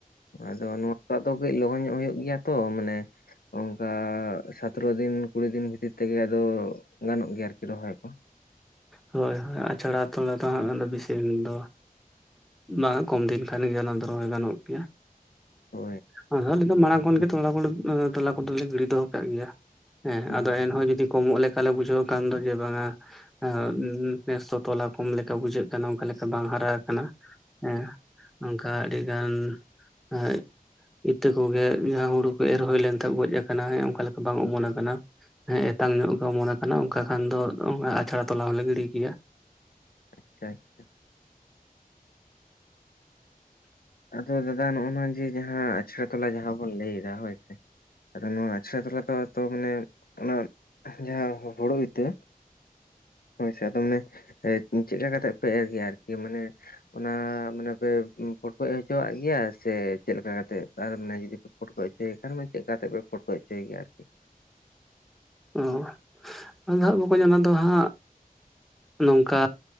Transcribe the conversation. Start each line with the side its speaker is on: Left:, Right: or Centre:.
Left: ᱟᱫᱚ ᱱᱚᱣᱟ ᱠᱚᱫᱚ ᱟᱫᱚ ᱠᱟᱹᱡ ᱞᱚᱜᱚᱱ ᱧᱚᱜ ᱦᱩᱭᱩᱜ ᱜᱮᱭᱟ ᱛᱚ ᱢᱟᱱᱮ ᱚᱱᱠᱟ ᱥᱟᱛᱨᱚ ᱫᱤᱱ ᱠᱩᱲᱤ ᱫᱤᱱ ᱵᱷᱤᱛᱤᱨ ᱛᱮᱜᱮ ᱟᱫᱚ ᱜᱟᱱᱚᱜ ᱜᱮᱭᱟ ᱟᱨᱠᱤ ᱨᱚᱦᱚᱭ ᱠᱚ᱾
Centre: ᱦᱳᱭ ᱦᱳᱭ ᱟᱪᱷᱟᱲᱟ ᱛᱚᱞᱟ ᱫᱚ ᱦᱟᱸᱜ ᱫᱚ ᱵᱮᱥᱤ ᱫᱤᱱ ᱫᱚ ᱵᱟᱝ ᱠᱚᱢ ᱫᱤᱱ ᱠᱷᱟᱱ ᱜᱮ ᱚᱱᱟ ᱫᱚ ᱨᱚᱦᱚᱭ ᱜᱟᱱᱚᱜ ᱜᱮᱭᱟ᱾
Left: ᱦᱳᱭ
Centre: ᱦᱩᱸ ᱟᱫᱚ ᱟᱞᱮᱫᱚ ᱢᱟᱲᱟᱝ ᱠᱷᱚᱱᱜᱮ ᱛᱚᱞᱟ ᱠᱚᱞᱮ ᱛᱚᱞᱟ ᱠᱚᱫᱚᱞᱮ ᱜᱤᱲᱤ ᱫᱚᱦᱚ ᱠᱟᱜ ᱜᱮᱭᱟ᱾ ᱦᱮᱸ
Left: ᱦᱩᱸ
Centre: ᱟᱫᱚ ᱮᱱᱦᱚᱸ ᱡᱩᱫᱤ ᱠᱚᱢᱚᱜ ᱞᱮᱠᱟᱞᱮ ᱵᱩᱡᱷᱟᱹᱣ ᱠᱷᱟᱱ ᱫᱚ ᱡᱮ ᱵᱟᱝᱟ ᱦᱮᱸ ᱱᱮᱥ ᱫᱚ ᱛᱚᱞᱟ ᱠᱚᱢ ᱞᱮᱠᱟ ᱵᱩᱡᱷᱟᱹᱜ ᱠᱟᱱᱟ ᱚᱱᱠᱟ ᱞᱮᱠᱟ ᱵᱟᱝ ᱦᱟᱨᱟ ᱠᱟᱱᱟ, ᱦᱮᱸ ᱚᱝᱠᱟ ᱟᱹᱰᱤ ᱜᱟᱱ <unintelligible> ᱤᱛᱟᱹ ᱠᱚᱜᱮ ᱡᱟᱦᱟᱸ ᱦᱩᱲᱩ ᱠᱚ ᱮᱨ ᱦᱩᱭ ᱞᱮᱱᱛᱟᱦᱮ ᱜᱚᱡ ᱠᱟᱱᱟ ᱚᱱᱠᱟ ᱞᱮᱠᱟ ᱵᱟᱝ ᱚᱢᱚᱱ ᱠᱟᱱᱟ᱾ ᱦᱮᱸ ᱮᱛᱟᱝ ᱧᱚᱜ ᱜᱮ ᱚᱢᱚᱱ ᱠᱟᱱᱟ ᱚᱱᱠᱟ ᱠᱷᱟᱱ ᱫᱚ ᱚᱱᱟ ᱟᱪᱷᱟᱲᱟ ᱛᱚᱞᱟ ᱦᱚᱞᱮ ᱜᱤᱲᱤ ᱠᱮᱭᱟ᱾
Left: ᱟᱪᱪᱷᱟ ᱟᱪᱪᱷᱟ᱾ ᱟᱫᱚ ᱫᱟᱫᱟ ᱱᱚᱜ-ᱱᱚᱣᱟ ᱡᱮ ᱡᱟᱦᱟᱸ ᱟᱪᱷᱲᱟ ᱛᱚᱞᱟ ᱡᱟᱦᱟᱸ ᱵᱚᱱ ᱞᱟᱹᱭ ᱫᱟ ᱦᱳᱭ ᱥᱮ, ᱟᱫᱚ ᱱᱚᱣᱟ ᱟᱪᱷᱲᱟ ᱛᱞᱟ ᱫᱚ ᱢᱟᱱᱮ ᱚᱱᱟ ᱡᱟᱦᱟᱸ ᱦᱳᱲᱳ ᱤᱛᱟᱹ, ᱦᱳᱭᱥᱮ ᱟᱫᱚ ᱢᱟᱱᱮ ᱪᱮᱫ ᱠᱟ ᱠᱟᱛᱮᱜ ᱯᱮ ᱮᱨ ᱜᱮᱭᱟ ᱟᱨᱠᱤ? ᱢᱟᱱᱮ ᱚᱱᱟ ᱢᱟᱱᱮ ᱯᱮ ᱯᱷᱚᱴᱠᱚᱡ ᱦᱚᱪᱚᱣᱟᱜ ᱜᱮᱭᱟ ᱥᱮ ᱪᱮᱫᱞᱮᱠᱟ ᱠᱟᱛᱮᱜ ᱟᱨ ᱢᱟᱱᱮ ᱡᱚᱫᱤ ᱯᱮ ᱯᱳᱴᱠᱳᱡ ᱦᱚᱪᱚᱭ ᱠᱷᱟᱱ ᱢᱤᱫᱴᱤᱡ ᱠᱟᱛᱮ ᱯᱮ ᱯᱳᱴᱠᱳᱡ ᱦᱚᱪᱚᱭᱜᱮᱭᱟ ᱟᱨᱠᱤ?
Centre: ᱚ ᱟᱫᱚ ᱦᱟᱸᱜ ᱵᱚᱠᱚᱧ ᱚᱱᱟ ᱫᱚ ᱦᱟᱸᱜ ᱱᱚᱝᱠᱟ